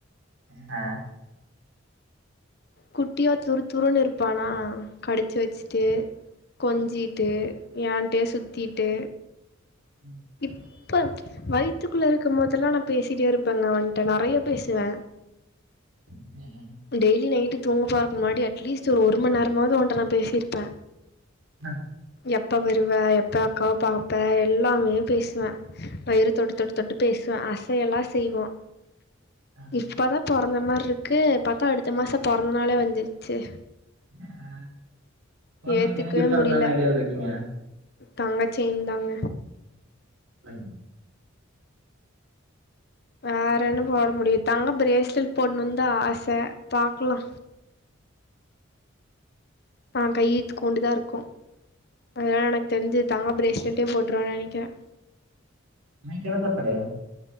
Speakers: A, on the right; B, on the left.
A: அ
B: குட்டியா துரு துருனு இருப்பானா கடிச்சி வச்சிட்டு கொஞ்சிட்டு ஏன்ட்டேயே சுத்திட்டு
A: ம்
B: இப்ப ம்ச் வயித்துக்குள்ள இருக்கு போதெல்லா நா பேசிட்டே இருப்பேங்க அவன்ட நறய பேசுவே
A: ம் ம்
B: டெய்லி நைட்டு தூங்க போறக்கு முன்னாடி அட்லிஸ்டு ஒருமணி நேரமாது அவன்ட நா பேசிருப்பே
A: ஆ
B: எப்போ வருவ எப்போ அக்காவ பாப்ப எல்லாமே பேசுவே வயிற தொட்டு தொட்டு தொட்டு பேசுவே அசையலா செய்வா
A: ஆ
B: இப்பதா பொறந்த மாரி இருக்கு பாத்தா அடுத்த மாசோ பொறந்தனாலே வந்திரிச்சி
A: ஆ பொறந்த
B: ஏத்துக்கவே
A: நாளைக்கு என்ன கிஃப்ட்
B: முடியல
A: வாங்கலானு ஐடியாவ்ல இருக்கீங்க
B: தங்க ஜெயின் தாங்க
A: ம்
B: வேற என்ன போட முடியு தங்க பிரேஸ்லிட் போட்ணுந்தா ஆச பாக்கலா அவே கையே இத்கூண்டு தா இருக்கு அதா எனக் தெரிஞ்சி தங்க பிரேஸ்லிட்டே போட்ருவே நெனைக்கிறே
A: நைட் என்ன சாப்பாடு